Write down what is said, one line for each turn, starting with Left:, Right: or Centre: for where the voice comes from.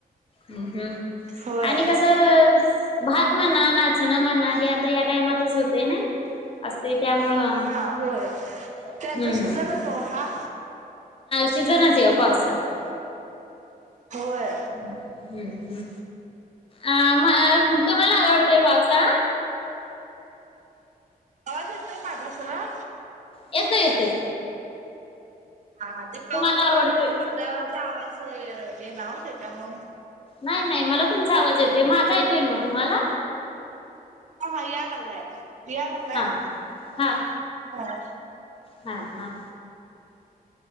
Left: ह् हम्
Right: होय
Left: आणि कसं भात म्हणा नाचणं म्हणा हे आता या टायमातच होते ना असते त्यामुळं
Right: हा होय
Left: हम्म
Right: त्यांचा शिजण जो हा
Left: सिझनच यो पावसाचा.
Right: होय
Left: हम्म हम्म हम्म. अ म तुम्हाला आवडतोय पावसा
Right: आवाज येतो माझा सरळ.
Left: येतोय येतोय.
Right: हा ते पाऊस
Left: तुम्हाला
Right: जोरात
Left: आवडतोय.
Right: झाल्या म पत्र्यावरचा आवाज येतोय ना! हो त्याच्यामुळ.
Left: नाही नाही, मला तुमचा आवाज येतोय माझा येतोय नहवं तुम्हाला.
Right: हा हा या लागलाय या लागलाय
Left: हा. हा
Right: हा!
Left: हा हा